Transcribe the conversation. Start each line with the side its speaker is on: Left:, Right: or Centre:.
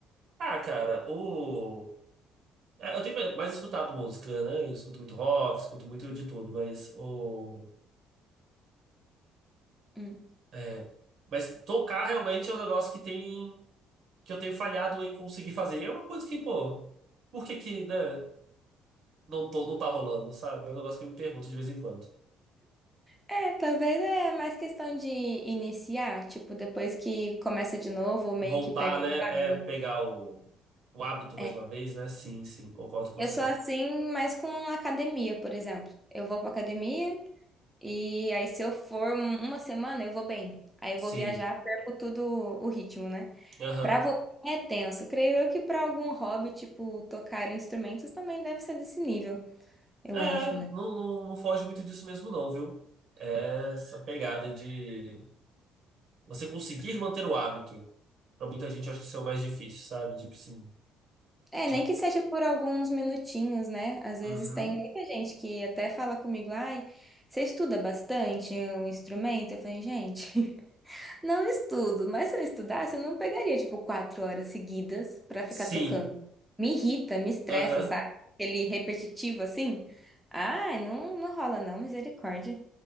Right: Ah, cara, o. é, Eu tenho mais mais escutado música, né? Eu escuto muito rock, escuto muito de tudo, mas o.
Centre: Hum.
Right: é, Mas tocar realmente é um negócio que tem. que eu tenho falhado em conseguir fazer. É uma coisa que, pô, por que que, né? não tô, não tá rolando, sabe? É um negócio que eu me pergunto de vez em quando.
Centre: É, talvez é mais questão de iniciar, tipo, depois que começa de novo, meio
Right: Voltar,
Centre: que pega.
Right: né?
Centre: estrada.
Right: É pegar o, o hábito mais
Centre: É.
Right: uma vez, né? Sim, sim, concordo com você.
Centre: Eu sou assim, mas com academia, por exemplo. Eu vou pra academia e aí se eu for um- uma semana, eu vou bem. Aí eu
Right: Sim.
Centre: vou viajar, perco tudo o ritmo, né?
Right: Aham.
Centre: Pra voltar é tenso. Creio eu que pra algum hobby, tipo, tocar instrumentos também deve ser desse nível, eu
Right: É,
Centre: acho,
Right: não,
Centre: né?
Right: não, não foge muito disso mesmo, não, viu? É essa pegada de você conseguir manter o hábito. Pra muita gente, eu acho que isso é o mais difícil, sabe? Tipo assim.
Centre: É,
Right: De...
Centre: nem que seja por alguns minutinhos, né? Às vezes
Right: Uhum.
Centre: tem muita gente que até fala comigo, ai, você estuda bastante um instrumento? Eu falei, gente, <laughs> não estudo, mas se eu estudasse, eu não pegaria, tipo, quatro horas seguidas pra ficar
Right: Sim.
Centre: tocando. Me irrita, me estressa,
Right: Aham.
Centre: sabe? Aquele repetitivo assim. Ai, não, não rola não, misericórdia,